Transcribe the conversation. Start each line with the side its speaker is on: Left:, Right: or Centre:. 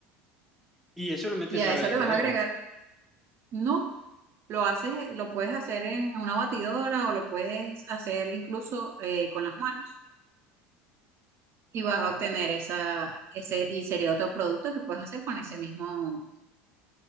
Centre: Y eso lo metes
Right: Y a
Centre: a
Right: eso
Centre: la licuadora.
Right: le vas a agregar, no, lo haces, eh, lo puedes hacer en una batidora o lo puedes hacer incluso eh, con las manos y vas a obtener esa, ese, y sería otro producto que puedes hacer con ese mismo